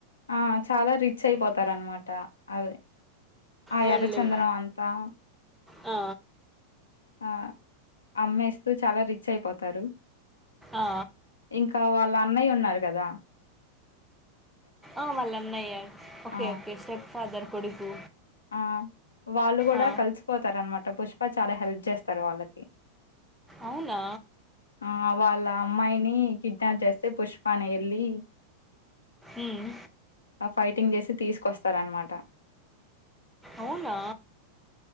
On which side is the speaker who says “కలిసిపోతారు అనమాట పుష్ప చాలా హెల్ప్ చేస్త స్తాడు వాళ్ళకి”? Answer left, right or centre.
Left